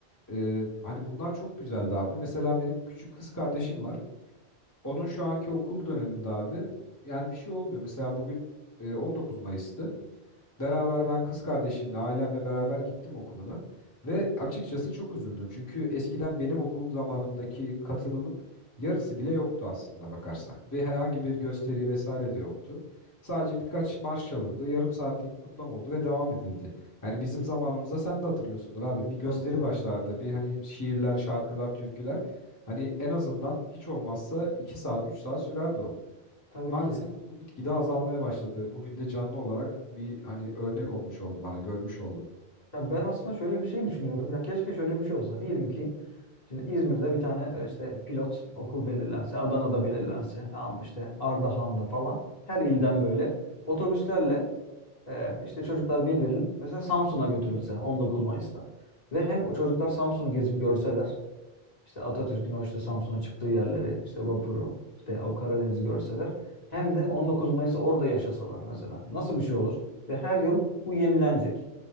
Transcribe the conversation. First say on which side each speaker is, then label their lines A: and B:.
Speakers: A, on the left; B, on the left.
A: Ee, hani bunlar çok güzeldi abi. Mesela benim küçük kız kardeşim var. Onun şu anki okul döneminde abi yani bir şey olmuyor. Mesela bugün e, 19 Mayıs'tı. Beraber ben kız kardeşimle, ailemle beraber gittim okuluna ve açıkçası çok üzüldüm. Çünkü eskiden benim okul zamanımdaki katılımın yarısı bile yoktu aslında bakarsan. Ve herhangi bir gösteri vesaire de yoktu. Sadece birkaç marş çalındı, yarım saatlik bir kutlama oldu ve devam edildi. Yani bizim zamanımızda sen de hatırlıyorsundur abi bir
B: Tabii
A: gösteri
B: tabii.
A: başlardı. Bir hani şiirler, şarkılar, türküler. Hani en azından hiç olmazsa 2 saat, 3 saat sürerdi o.
B: Tabii
A: Maalesef
B: ki.
A: bu gitgide azalmaya başladı. Bugün de canlı olarak bir hani örnek olmuş oldu bana, görmüş oldum.
B: Ya ben aslında şöyle bir şey düşünüyorum. Ya keşke şöyle bir şey olsa. Diyelim ki Şimdi İzmir'de bir tane e, işte pilot okul belirlense, Adana'da belirlense, tamam işte Ardahan'da falan her ilden böyle otobüslerle e, işte çocuklar bindirilip mesela Samsun'a götürülse 19 Mayıs'ta. Ve hem o çocuklar Samsun'u gezip görseler işte Atatürk'ün o işte Samsun'a çıktığı yerleri, işte vapuru, işte o Karadeniz'i görseler hem de 19 Mayıs'ı orada yaşasalar mesela. Nasıl bir şey olur? Ve her yıl bu yenilenecek.